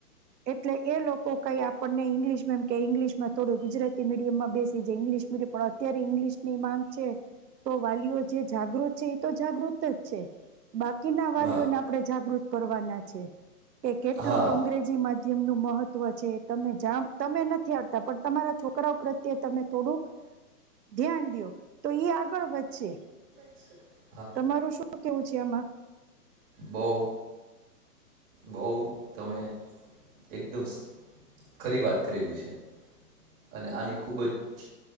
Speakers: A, on the right; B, on the right.
A: એટલે એ લોકો કઈ આપણને ઇંગ્લિશ મેમ કે. ઇંગ્લિશ થોડું ગુજરાતી મીડિયમાં બેસી જા. <unintelligible> પણ અત્યારે ઇંગ્લિશ ની માંગ છે તો વાલીઓ જે જાગૃત છે એ તો જાગૃત જ છે બાકીના વાલીઓને
B: પણ
A: આપણે જાગૃત કરવાના છે. કે કેટલું
B: હા
A: અંગ્રે જી માધ્યમ નું મહત્વ છે. તમે જાણ તમે નથી આવડતા પણ તમારા છોકરાઓ પ્રત્યે તમે થોડુંક ધ્યાન દિયો તો એ આગળ વધશે
B: અચ્છા
A: તમારું શું કેવું છે આમાં
B: બઉ, બહ, તમે એકદમ ખરી વાત કરેલી છે અને આની ખુબ જ